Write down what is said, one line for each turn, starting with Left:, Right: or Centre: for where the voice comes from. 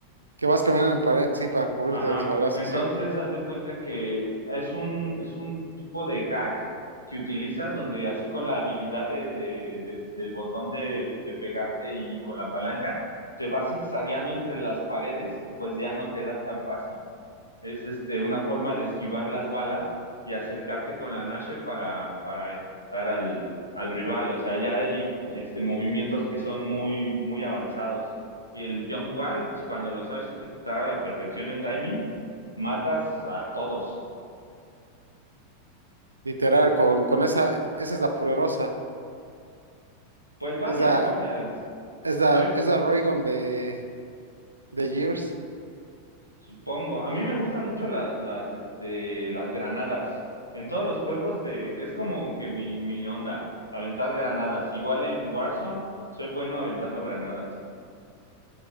Right: que vas caminando en pared, sí, para cubrirte
Left: Ajá,
Right: de los balazos,
Left: entonces
Right: sí.
Left: haz de cuenta que es un, es un tipo de hack que utilizas donde así con la habilidad de, de- de- del botón de, de pegarte y con la palanca, te vas zigzagueando entre las paredes y pues ya no te dan tan fácil es este, una forma de esquivar las balas y acercarte con la Nasher para, para ejecutar al, al rival. O sea, ya hay este, movimientos que son muy, muy avanzados. Y el jump wall, cuando lo sabes ejecutar a la perfección en timing, matas a todos.
Right: Literal, con, con esa, esa es la poderosa.
Left: Pues varias,
Right: Es la,
Left: varias.
Right: es la,
Left: A mí,
Right: es la Raygun de, de Gears.
Left: Supongo. A mí me gustan mucho las, las, este, las granadas. En todos los juegos de... Es como que mi, mi onda, aventar granadas. Igual en Warzone, soy bueno aventando granadas.